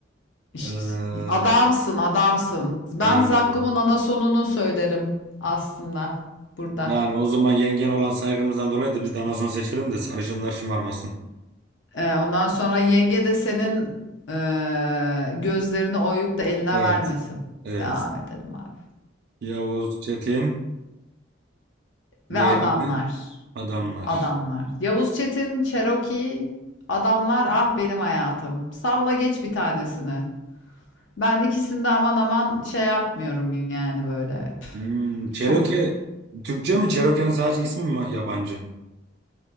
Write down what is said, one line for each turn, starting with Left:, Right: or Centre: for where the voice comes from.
Left: İşte
Right: Ee,
Left: adamsın adamsın. Ben
Right: eyvallah.
Left: Zakkum'un anasonunu söylerim aslında burada.
Right: Yani o zaman yengen olan saygımızdan dolayı da biz de anason seçelim de sarışınlar şımarmasın.
Left: Ee, ondan sonra yenge de senin eee, gözlerini oyup da eline
Right: Evet.
Left: vermesin.
Right: Evet.
Left: Devam edelim abi.
Right: Yavuz Çetin,
Left: Ve
Right: diğerini
Left: adamlar.
Right: adamlar.
Left: Adamlar. Yavuz Çetin, Cherokee, adamlar ah benim hayatım. Salla geç bir tanesini. Ben ikisinde aman aman şey yapmıyorum yani böyle. Püf,
Right: Hmm, Cherokee
Left: çok
Right: Türkçe mi? Cherokee'nin sadece ismi mi yabancı?